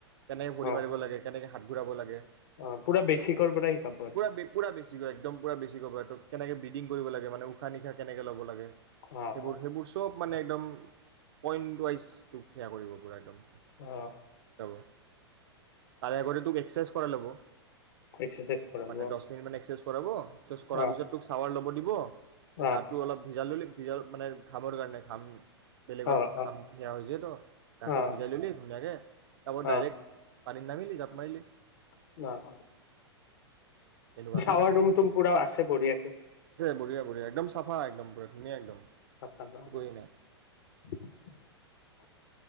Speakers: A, on the right (about 60°); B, on the left (about 60°).
A: কেনেকে ঘুৰি
B: অ
A: মাৰিব লাগে কেনেকে হাত ঘূৰাব লাগে
B: অ পুৰা বেচিকৰ পৰা শিকাব আৰু
A: পুৰা পুৰা বেছি কৈ একদম পুৰা বেছি কৈ পাৰে তোক কেনেকে ব্ৰিডিং কৰিব লাগে মানে উশাহ নিশা কেনেকৈ ল'ব লাগে? সেইবোৰ
B: অ অ
A: সেইবোৰ চব মানে একদম পইণ্ট ৱাইজটোক সেয়া কৰিব পূৰা একদম
B: অ
A: তাৰে আগতে তোক এক্সাৰচাইজ কৰা ল'ব
B: এক্সাৰচাইজ কৰাব
A: মানে
B: অ
A: দহ মিনিট মান এক্সাৰাইজ কৰাব কৰাৰ
B: অ
A: পিছত তোক চাৱাৰ ল'ব দিম শব
B: অ
A: দাঁতটো অলপ ভিজাই ল'লে ভিজা ঘামৰ কাৰণে খাম বেলেগৰ
B: অ
A: খাম
B: অ
A: সেয়া হৈ য তো গাটো
B: অ
A: ভিজাই ললি ধুনীয়াকে তপ
B: অ
A: ডাইৰেক্ট পানীত নামিলি জাপ মাৰিলি
B: অ
A: তেনেকুৱাকে
B: চাৱাৰ ৰুম তো পুৰা আছে বঢ়িয়াক
A: বঢ়া বঢ়িয়া একদম চা একদম পুৰা ধুনীয়া একদম
B: <inaudible>
A: একো হেৰি নাই